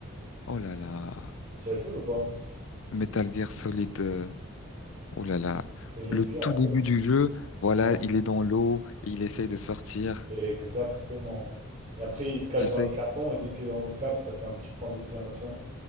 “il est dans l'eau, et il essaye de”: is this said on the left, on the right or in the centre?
Left